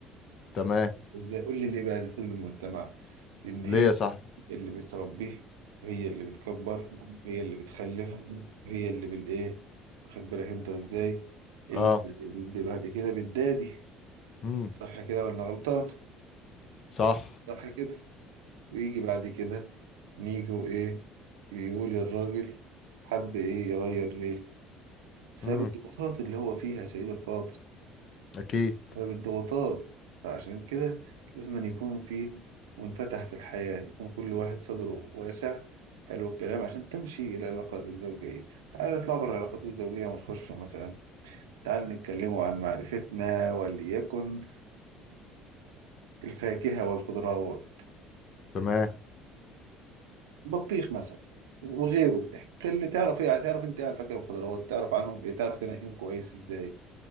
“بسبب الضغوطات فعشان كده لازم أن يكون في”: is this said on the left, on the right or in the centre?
Right